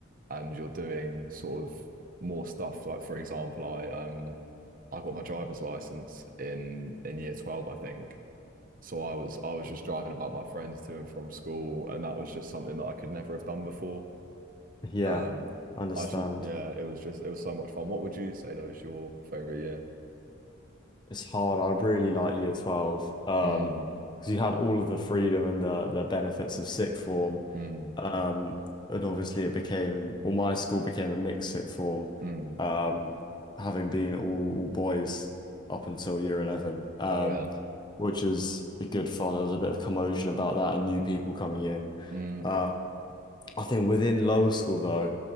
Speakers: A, on the right (about 45°); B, on the left (about 20°).
A: and you're doing sort of more stuff. Like for example, I um I got my driver's license in in year 12, I think. So I was I was just driving about my friends to and from school, and that was just something that I could never have done before.
B: yeah
A: Um
B: understand
A: I should, yeah, it was just it was so much fun. What would you say though is your favorite year?
B: It's hard. I really like year 12 um
A: Mm,
B: because you had all of the freedom and the the benefits of sixth form
A: mm,
B: um and obviously it became well my school became a mixed sixth form
A: mm.
B: um having been all, all boys up until year 11 um
A: Oh yeah.
B: which is a good fun. There was a bit of commotion about that and new people coming in.
A: Mm,
B: Uh, I think within lower school though,